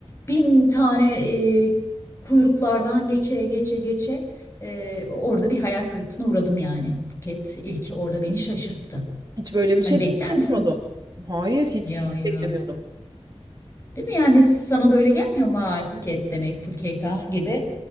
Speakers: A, on the left (about 25°); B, on the right (about 35°).
A: Bin tane e, kuyruklardan geçe geçe geçe. E, orada bir hayal kırıklığına uğradım yani. Buket ilki orada beni şaşırttı.
B: Hiç böyle bir
A: Hani
B: şey
A: bekler
B: beklemiyordum.
A: misin?
B: Hayır, hiç,
A: Ya
B: hiç
A: ya.
B: beklemiyordum.
A: Değil mi? Yani sana da öyle gelmiyor mu? Vay Phuket demek Phuket ha gibi.